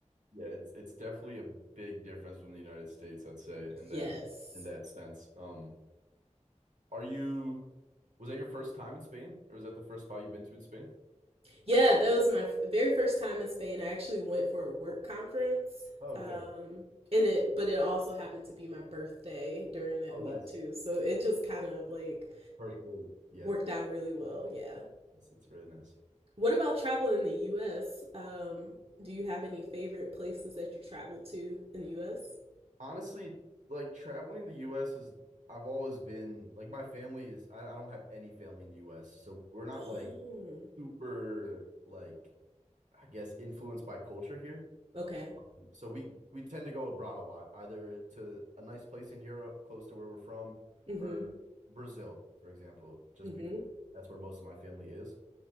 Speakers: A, on the right; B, on the right.
A: yeah, it's it's definitely a big difference from the United States, I'd say, in
B: Yes.
A: that in that sense. Um, are you was that your first time in Spain, or was that the first spot you've been to in Spain?
B: Yeah, that was my f- very first time in Spain. I actually went for a work conference.
A: Oh,
B: Um
A: okay.
B: and it but it also happened to be my birthday during that
A: Oh, nice.
B: week too. So it just kind of like
A: Perfect. Yeah,
B: worked out really well. Yeah.
A: that's that's really nice.
B: What about travel in the US? Um do you have any favorite places that you traveled to in the US?
A: Honestly, like traveling in the US is I've always been like my family is I, I don't have any family in the US, so we're not like
B: Oh,
A: super like I guess influenced by culture here.
B: okay.
A: So we we tend to go abroad a lot, either to a nice place in Europe close to where we're from,
B: Mm-hmm.
A: or Brazil, for example, just
B: Mm-hmm.
A: because that's where most of my family is.